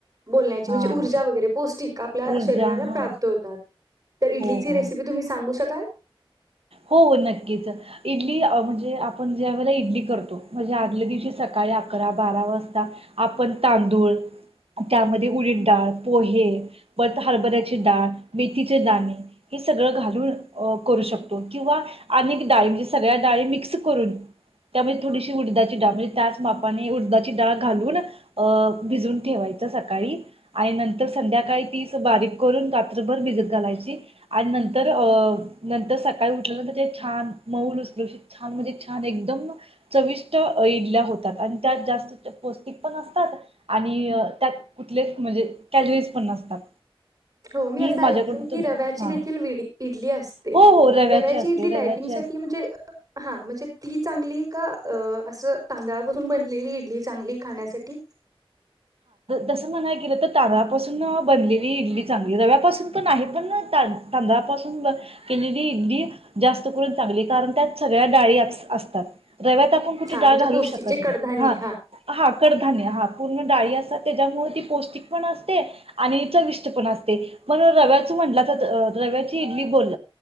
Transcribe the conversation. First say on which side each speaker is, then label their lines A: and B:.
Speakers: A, on the right; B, on the right.
A: बोलण्याची
B: हा
A: म्हणजे ऊर्जा वगैरे पौष्टिक आपल्या
B: ऊर्जा
A: शरीराला
B: हा
A: प्राप्त होतात तर इडलीची
B: हो हो.
A: रेसिपी तुम्ही सांगू शक चाल
B: हो नक्कीच इडली म्हणजे आपण ज्या वेळेला इडली करतो म्हणजे आदल्या दिवशी सकाळी अकरा बारा वाजता आपण तांदूळ त्यामध्ये उडी डाळ पोहे बत हरभऱ्याचे डाळ मेथीचे दाणे हे सगळं घालून करू शकत किंवा अनेक डाळी म्हणजे सगळ्या डाळी मिक्स करून त्यामध्ये थोडीशी उडदाची डाळ म्हणजे त्याच मापाने उडदाची डाळ घालून अ भिजवून ठेवायच सकाळी आणि नंतर संध्याकाळी तीच बारीक करून रात्रभर भिजत घालायची आणि नंतर अ नंतर सका काही उठल्या छान मऊल उचल छान म्हणजे छान एकदम चविष्ट इडल्या होतात आणि त्यात जास्त पौष्टिक पण असतात आणि त्यात कुठलेच म्हणजे कॅलरीज पण नसतात.
A: हो मी
B: ही
A: असं
B: माझ्याकडून
A: ऐकले की
B: तुम
A: रव्याची
B: हा
A: देखील इडली असते.
B: हो हो
A: रव्याची
B: असते
A: इडली डायटिंगसाठीठी
B: रव्याची असते
A: म्हणजे हां म्हणजे ती चांगली का अस तांदळापासून बनलेली इडली चांगली खाण्यासाठी?
B: तसं म्हणाय गेलं तर तांदळापासून बनलेली इडली चांगली रव्यापासून पण आहे पण तांदळापासून केलेली इडली जास्त करून चांगली कारण त्यात सगळ्या डाळी असतात. रव्यात आपण कुठे
A: हा म्हणजे
B: डाळ घालू
A: पौष्टिक
B: शकत
A: जे कडधान्य
B: नाही हा हा कड धान्य हा पूर्ण डाळी असतात त्याच्यामुळे ती पौष्टिक पण असते आणि चविष्ट पण असते पण रव्याच म्हटलं तर रव्याची इडली बोल